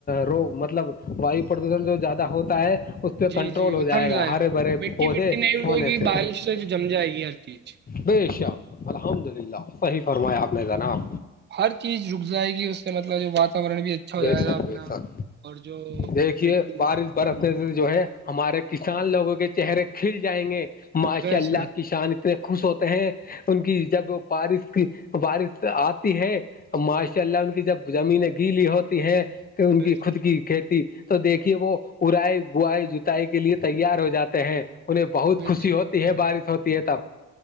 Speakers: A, on the left; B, on the right.
A: روگ مطلب وایو پردوشن جو زیادہ ہوتا ہے اس پہ
B: جی
A: کنٹرول
B: جی وہ
A: ہو جائے
B: تھم
A: گا ہرے بھرے
B: مٹی
A: پودے
B: وٹی نہیں اٹے
A: ہونے
B: گی
A: سے
B: بارش جم جائے گی ہر چیز
A: بے شک الحمد للہ صحیح فرمایا آپ نے جناب
B: ہر چیز رک جائے گی اس سے مطلب جو واتاورن بھی اچھا ہو
A: بے
B: جائے
A: شاک
B: گا اپنا
A: بیے ساک
B: اور جو
A: دیکھیے
B: مٹی
A: بارش
B: وٹی۔
A: برسنے سے جو ہے ہمارے کسان لوگوں کے چہرے کھل جائیں گے ماشاء
B: بے
A: اللہ
B: شک
A: کسان اتنے خوش ہوتے ہیں ان کی جب بارش کی بارش آتی ہے ماشاء اللہ ان کی جب زمینیں گیلی ہوتی ہیں کہ ان
B: بے
A: کی
B: شک
A: خود کی کھیتی ت تو دیکھیے وہ ارائی بائی ج سائی کے لیے تیار ہو جاتے ہیں انہیں بہت
B: بے
A: خوشی
B: شک
A: ہوتی ہے بارش ہوتی ہے تب